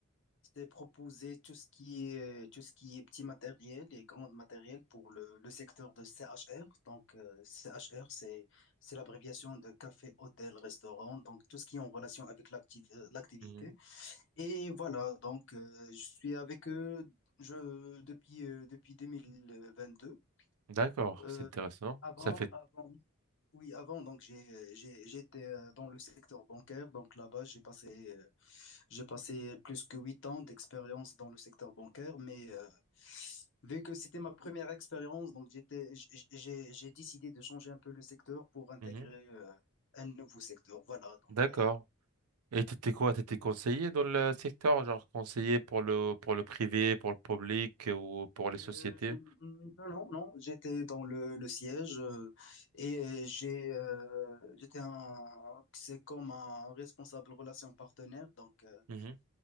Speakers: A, on the left; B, on the right.
A: C'était proposer tout ce qui est, tout ce qui est petit matériel et grand matériel pour le, le secteur de CHR. Donc, euh, CHR, c'est, c'est l'abréviation de café, hôtel, restaurant. Donc, tout ce qui est en relation avec l'acti- euh, l'activité.
B: Mhm.
A: Et voilà, donc, euh, je suis avec eux je, depuis, euh, depuis 2022.
B: D'accord,
A: Euh,
B: c'est intéressant.
A: avant,
B: Ça fait.
A: avant, oui, avant, donc, j'ai, j'ai- j'étais euh, dans le secteur bancaire. Donc, là-bas, j'ai passé euh, j'ai passé plus que huit ans d'expérience dans le secteur bancaire, mais euh, vu que c'était ma première expérience, donc j'étais, j- j'ai, j'ai décidé de changer un peu le secteur pour intégrer
B: Mhm.
A: euh, un nouveau secteur. Voilà, donc
B: D'accord. Et t'étais quoi? T'étais conseiller dans le secteur, genre conseiller pour le pour le privé, pour le public ou pour les
A: Euh,
B: sociétés?
A: non, non, non, j'étais dans le, le siège euh, et j'ai euh, j'étais un c'est comme un responsable relation partenaire donc euh,
B: Mhm.